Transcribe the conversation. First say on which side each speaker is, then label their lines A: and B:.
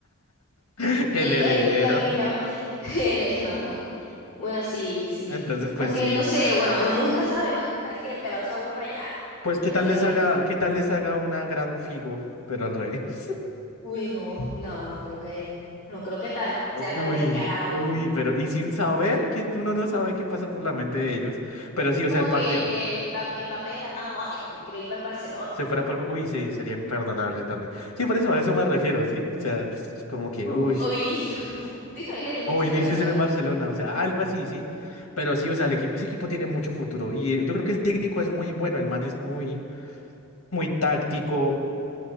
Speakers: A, on the left (about 70°); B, on the left (about 40°).
A: <laughs> el
B: El,
A: heredero.
B: el, la misma, <laughs> él es- no, no. Bueno, sí, sí.
A: Entonces, pues
B: Aunque
A: sí,
B: no sé, bueno, uno nunca sabe, ¿no? ¿Qué tal que el pelado se aburra ya?
A: pues qué
B: Ya
A: tal
B: él se
A: les
B: vaya.
A: haga, qué tal les haga una gran Figo, pero al revés.
B: Uy, no, no, no creo que, no creo que ta-
A: Oh,
B: sea tan
A: Uy,
B: descarado.
A: uy, pero y sin saber quién uno no no sabe qué pasa por la mente de ellos. Pero sí, o
B: Como
A: sea, el partido
B: que, que Mbappé Mbappé de la nada, ay, me quiero ir para el Barcelona.
A: se
B: <laughs>
A: fuera por... Uy, sí, sería imperdonable también. Sí, por eso a eso me refiero, ¿sí? O sea, como que,
B: O,
A: uy.
B: o Vinicius. <laughs> ¿Te imaginas Vinicius
A: O Vinicius
B: en el Barcelona?
A: en el Barcelona, o sea, algo así, sí. Pero sí, o sea, el equipo, ese equipo tiene mucho futuro. Y eh, yo creo que el técnico es muy bueno, el man es muy, muy táctico,